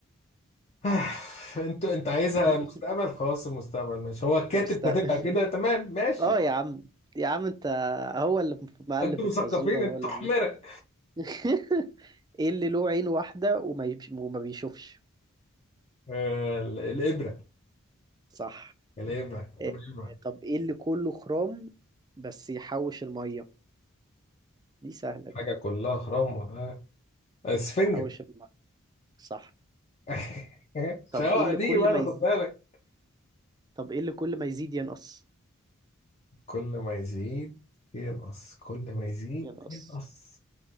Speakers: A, on the left (about 30°); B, on the right (about 20°).
A: <sighs> انت انت عايزها
B: <laughs>
A: مستقبل خلاص المستقبل ماشي هو الكاتب
B: مستقبل
A: كاتبها كده تمام ماشي
B: اه يا عم يا عم انت هو اللي مألف
A: انتوا مثقفين
B: الفزورة هو
A: انتوا
B: اللي
A: حمرة
B: عامل <laughs> ايه اللي له عين واحدة وما يبش- وما بيشوفش
A: آه، ال- الابره
B: صح
A: الابره الابره
B: إيه. طب ايه اللي كله خرام بس يحوش المية دي سهلة
A: حاجه
B: دي
A: كلها خرام ولا اسفنجة
B: تحوش المية صح
A: <laughs>
B: طب
A: شواء
B: ايه اللي
A: دي
B: كل
A: ما انا
B: ما يزيد
A: خد بالك
B: طب ايه اللي كل ما يزيد ينقص
A: كل ما يزيد ينقص كل ما يزيد
B: ينقص
A: ينقص